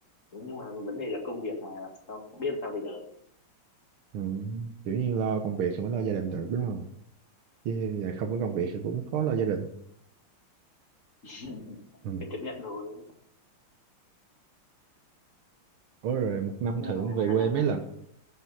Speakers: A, on the left (about 40°); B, on the right (about 80°).
A: nhưng mà vấn đề là công việc mà làm sao biết làm sao bây giờ
B: ừ. kiểu như lo công việc rồi mới lo gia đình được đúng không chứ giờ không có công việc thì cũng khó lo gia đình
A: <laughs>
B: ừ.
A: phải chấp nhận thôi
B: Ủa rồi một năm
A: nhưng
B: thưởng
A: mà
B: về quê
A: à,
B: mấy lần?